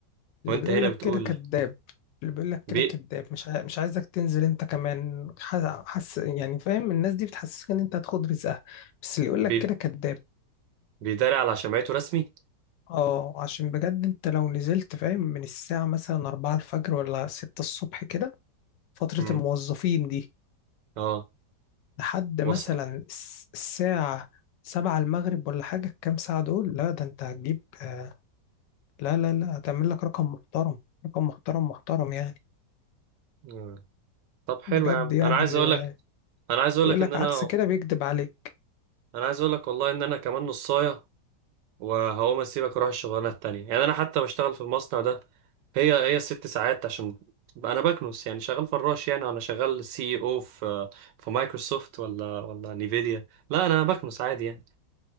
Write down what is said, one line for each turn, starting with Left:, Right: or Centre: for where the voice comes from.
Left: اللي
Right: وانت
Left: بيقول
Right: هنا
Left: لك
Right: بتقول
Left: كده كذاب اللي بيقول لك
Right: بي
Left: كده كذاب مش عاي... مش عايزك تنزل انت كمان ح- حس يعني فاهم الناس دي بتحسسك ان انت هتاخد رزقها بس اللي يقول لك
Right: بي
Left: كده كذاب
Right: بيداري على شمعته رسمي
Left: اه عشان بجد انت لو نزلت فاهم من الساعه مثلا 4 الفجر ولا 6 الصبح كده فتره
Right: مم.
Left: الموظفين دي
Right: اه
Left: لحد مثلا
Right: وثقة
Left: الس- الساعة سبعة المغرب ولا حاجة الكام ساعة دول لا ده انت هتجيب آه، لا لا لا هتعمل لك رقم محترم رقم محترم محترم يعني
Right: آه. طب حلو
Left: بجد
Right: يا عم
Left: يعني
Right: انا عايز
Left: اللي
Right: اقول لك انا عايز اقول
Left: يقول
Right: لك ان
Left: لك
Right: انا
Left: عكس كده بيكذب عليك
Right: انا عايز اقول لك والله ان انا كمان نصايه وهقوم اسيبك واروح الشغلانه التانية يعني انا حتى بشتغل في المصنع ده هي هي ست ساعات عشان بقى انا بكنس يعني شغال فراش يعني انا شغال سي او في في مايكروسوفت ولا ولا نيفيديا لا انا بكنس عادي يعني